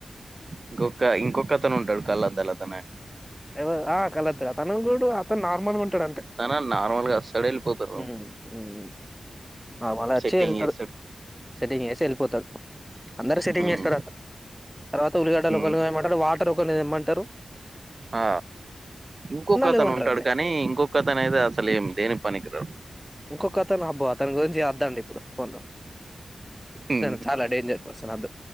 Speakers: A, on the right; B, in the centre.
A: ఇంకొక ఇంకొకతను ఉంటాడు కళ్ళద్దాలతను అన్
B: ఎవ ఆ కళ్ళద్దాల తను గూడు అతన్ నార్మల్ ఉం టాడు అంతే
A: తన నార్మల్ గా వస్తాడు వెళ్ళిపోతారు
B: ఉమ్ హు హు ఆ మళ్ళ వచ్చి
A: సెట్టింగ్
B: ఏళ్తడు
A: చేస్తాడు
B: సెట్టింగ్ చేసి వెళ్ళిపోతాడు అందరు సెట్టింగ్
A: ఉమ్
B: చేస్తర్ తర్వాత ఉల్లిగడ్డలు
A: హ్మ్.
B: ఒకళ్ళుకొయ్యమంటరు వాటర్ ఒకళ్ళని తేమంటరు
A: ఆ ఉంకొకతను
B: లేవంటారు
A: ఉంటాడు కానీ ఇంకొకతను అయితే అసలు ఏం దేనికి పనికి రాడు
B: ఇంకొక అతను అబ్బో అతని గురించి ఇప్పుడు వద్దండి ఇప్పుడు వద్దు
A: హ్మ్.
B: అతను చాలా డేంజర్ అసలద్దు